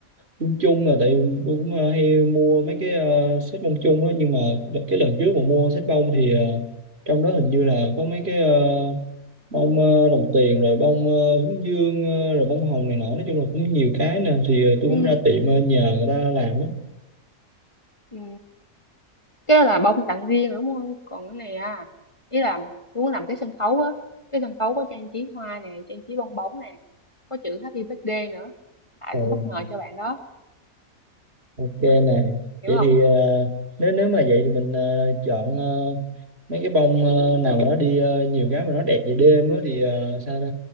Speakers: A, on the right (about 45°); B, on the left (about 20°).
A: chung chung là tại vì tôi cũng ờ, hay mua mấy cái ờ, set bông chung á nhưng mà đợt- cái lần trước mà mua set bông thì ờ, trong đó hình như là có mấy cái ờ, bông ờ, đồng tiền rồi bông ờ, hướng dương ờ, rồi bông hồng này nọ nói chung là cũng nhiều cái nè thì ờ, tôi
B: Ừ.
A: cũng ra tiệm ờ, nhờ người ta làm á
B: Ừ. Cái đó là bông tặng riêng rồi đúng không? Còn cái này à, ý là muốn làm cái sân khấu á, cái sân khấu có trang trí hoa nè, trang trí bong bóng nè, có chữ Happy Birthday nữa. Tại
A: ừ,
B: sẽ bất ngờ cho bạn đó,
A: ok
B: hiểu
A: nè
B: không? Hiểu
A: vậy
B: không?
A: thì ờ, nếu nếu mà vậy thì mình ờ, chọn ờ, mấy cái bông ờ, nào mà nó đi ờ, nhiều cái mà nó đẹp về đêm á thì ờ, sao ta